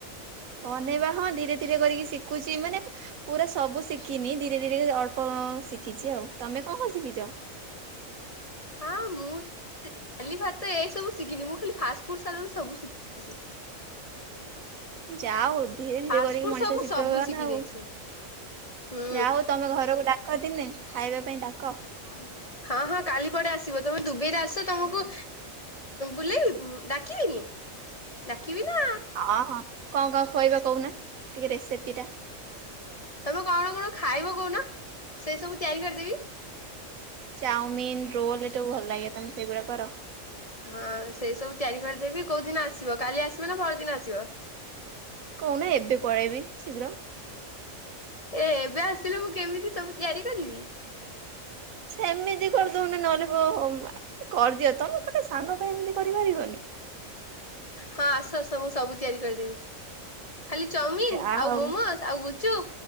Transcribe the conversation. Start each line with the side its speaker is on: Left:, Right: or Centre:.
Right: ବନେଇବା ହଁ ଧୀରେ ଧୀରେ କରିକି ଶିଖୁଛି ମାନେ ପୁରା ସବୁ ଶିଖିନି ଧୀରେ ଧୀରେ ଅଳ୍ପ ଶିଖିଛି ଆଉ ତମେ କଣ କଣ ଶିଖିଛ?
Left: ହଁ ମୁଁ ଡାଲି ଭାତ ଏ ସବୁ ଶିଖିନି ମୁଁ ଖାଲି ଫାଷ୍ଟ ଫୁଡ ସା ଫୁଡ ସବୁ ଶିଖିଛି।
Right: ଯାହା ହୋଉ ଧୀରେ
Left: ଫାଷ୍ଟଫୁଡ
Right: ଧୀରେ କରିକି ମଣିଷ
Left: ସବୁ
Right: ଶିଖିବ
Left: ସବୁ
Right: ଆଉ
Left: ଶିଖି
Right: ନା ଆଉ
Left: ଦେଇଛି। ହୁଁ
Right: ଯା ହଉ ତମେ ଘରକୁ ଡା କ ଦିନେ ଖାଇବା ପାଇଁ ଡାକ।
Left: <inaudible> ହଁ ହଁ କାଲି ପଡେ ଆସିବ ତମେ ଦୁବଇରେ ଆସ ତମକୁ ବୁଲେଇବିନି ଡାକିବନି। ଡାକିବି ନା।
Right: ହଁ ହଁ କଣ କଣ ଖୁଏଇବା କହୁନା ଟିକେ ରେସିପିଟା।
Left: ତମେ କଣ କଣ ଖାଇବ କହୁନ ସେ ସବୁ ତିଆରି କରିଦେବି।
Right: ଚାଓମିନ ରୋଲ ଏସବୁ ଭଲଲାଗେ ତମେ ସେଗୁଡା କର?
Left: ହଁ ସେଇ ସବୁ ତିଆରି କରିଦେବି କୋଉ ଦିନ ଆସିବ କାଲି ଆସିବ ନା ପରଦିନ ଆସିବ?
Right: କହୁନ ଏବେ ପଳେଇବି ଶୀଘ୍ର।
Left: ଏ ଏବେ ଆସିଲେ ମୁଁ କେମିତି ସବୁ ତିଆରି କରିବି।
Right: ସେମିତି କରିଦଉନ ନହଲେ କୋ ହୋମା କରଦିଅ ତମେ ଗୋଟେ ସାଙ୍ଗ ପାଇଁ ଏମିତି କରିପାରିବନି।
Left: ହଁ ଆସ ସବୁ ମୁଁ ସବୁ ତିଆରି କରିଦେବି ଖାଲି ଚାଓମିିନ
Right: ଯାହା
Left: ଆଉ
Right: ହଉ
Left: ମୋମୋଜ। ଆଉ ଗୁଚୁ